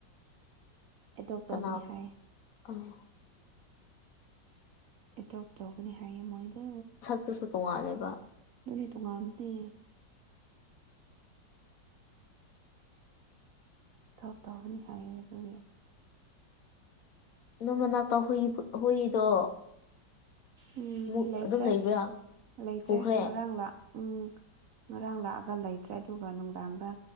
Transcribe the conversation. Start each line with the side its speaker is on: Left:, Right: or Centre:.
Right: ꯑꯦꯗꯣꯞ ꯇꯧꯕꯅꯤ
Left: ꯀꯅꯥ
Right: ꯍꯥꯏꯌꯦ
Left: ꯑꯦ
Right: ꯑꯦꯗꯣꯞ ꯇꯧꯕꯅꯤ ꯍꯥꯏꯌꯦ ꯃꯣꯏꯗꯣ
Left: ꯑꯗꯨꯁꯨ ꯇꯣꯡꯉꯥꯜꯂꯦꯕ
Right: ꯑꯗꯨꯅꯦ ꯇꯣꯉꯥꯟꯕꯗꯤ ꯊꯕꯛ ꯇꯧꯒꯅꯤ ꯍꯥꯏꯌꯦ ꯑꯗꯨꯒꯤ
Left: ꯅꯪ ꯅꯅꯥꯛꯇ ꯍꯨꯏ ꯍꯨꯏꯗꯣ
Right: ꯎꯝ
Left: ꯑꯃꯨꯛ
Right: ꯂꯩꯇ꯭ꯔꯦ
Left: ꯑꯗꯨꯝ ꯂꯩꯕ꯭ꯔꯥ
Right: ꯂꯩꯇ꯭ꯔꯦ
Left: ꯄꯨꯈ꯭ꯔꯦ
Right: ꯉꯔꯥꯡ ꯂꯥꯛ ꯎꯝ ꯉꯔꯥꯡ ꯂꯥꯛꯑꯒ ꯂꯩꯇ꯭ꯔꯦ ꯑꯗꯨꯒ ꯅꯨꯡꯗꯥꯡꯗ